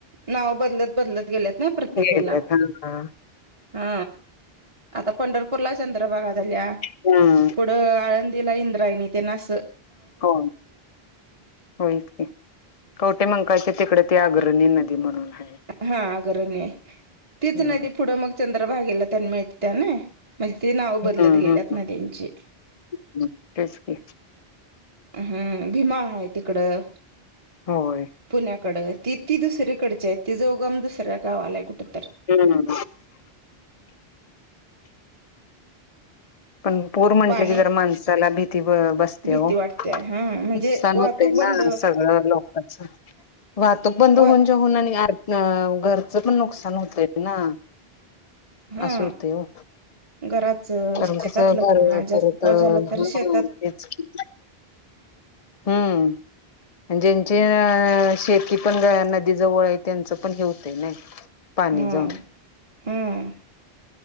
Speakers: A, on the right (about 30°); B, on the left (about 40°).
A: नाव बदलत बदलत गेल्यात ना प्रत्येकाला
B: ह ह का
A: हा आता पंढरपूरला चंद्रभगा झाल्या
B: हम्म
A: पुढं आळंदीला इंद्रायनी त्यांना अस
B: हो होयच कवटे मंकाळचे तिकडे ते अग्रणी नदी म्हणून आहे
A: हा अगरणीय तीच
B: हम्म
A: नदी पुढं मग चंद्रभागेला त्यांना मिळत्या ना म्हणजे ते नाव बदलत
B: हम्म
A: गेल्यात
B: हम्म
A: ना त्यांचे?
B: हम्म तेच की
A: हम्म. भीमा आहे तिकडं.
B: होय
A: पुण्याकड. ती ती दुसरीकडचिये तिचा उगम दुसऱ्या गावालाय कुठत-
B: हम्. पण पूर म्हंटले
A: पाणी
B: की जर माणसाला भीती ब बसते
A: भीती
B: हो.
A: वाटते हा म्हणजे
B: नुकसान
A: वाहतूक
B: होत
A: बंद
B: ना सगळं लोक अच्छा वाहतूक बंद
A: वा
B: होऊन जेवून आणि अ घरचं पण नुकसान होतय ना.
A: हा
B: असं होते हो
A: घराच
B: कारण
A: शेतातलं
B: कसं घर
A: म्हणाजास्त
B: परत
A: पाऊस
B: हा
A: झाला तर शेतात.
B: तेच की. हम्म ज्यांची अ शेती पण नदी जवळ आहे त्यांचं पण हे होत नाही. पाणी
A: हम्म
B: जाऊन
A: हम्म